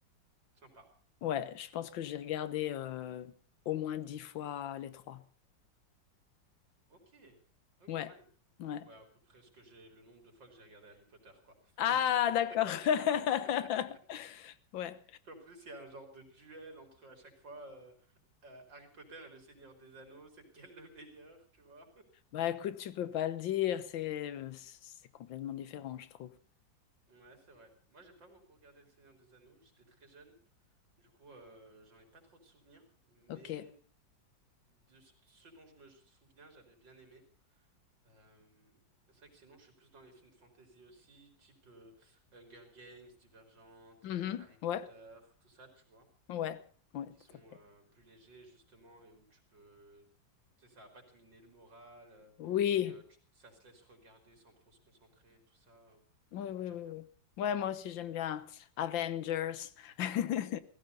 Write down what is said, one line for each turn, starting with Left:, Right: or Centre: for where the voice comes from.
Right: sympa.
Left: Ouais, je pense que j'ai regardé euh, au moins dix fois les trois.
Right: Ok, ah oui,
Left: Ouais,
Right: pas mal.
Left: ouais.
Right: Ouais, à peu près ce que j'ai, le nombre de fois que j'ai regardé Harry Potter, quoi.
Left: Ah,
Right: <laughs>
Left: d'accord. <laughs> Ouais.
Right: En plus, il y a un genre de duel entre à chaque fois euh, euh, Harry Potter et le Seigneur des Anneaux, c'est lequel le meilleur, tu vois? <laughs>
Left: Bah écoute, tu peux pas le dire, c'est c'est complètement différent, je trouve.
Right: Ouais, c'est vrai. Moi, j'ai pas beaucoup regardé le Seigneur des Anneaux. J'étais très jeune. Du coup, euh, j'en ai pas trop de souvenirs, mais
Left: Ok.
Right: de ce ce dont je me souviens, j'avais bien aimé. Euh, c'est vrai que sinon, je suis plus dans les films fantasy aussi, type euh, Hunger Games, Divergente,
Left: Mhm.
Right: euh, Harry Potter,
Left: Ouais,
Right: tout ça, tu vois,
Left: ouais, ouais,
Right: qui sont
Left: tout à fait.
Right: euh, plus légers justement et où tu peux, tu sais, ça va pas te miner le moral euh,
Left: Oui.
Right: et euh, tu- ça se laisse regarder sans trop se concentrer, tout ça. euh,
Left: Oui, oui,
Right: moi, j'aime
Left: oui, oui.
Right: bien.
Left: Ouais, moi aussi, j'aime bien Avengers. <laughs>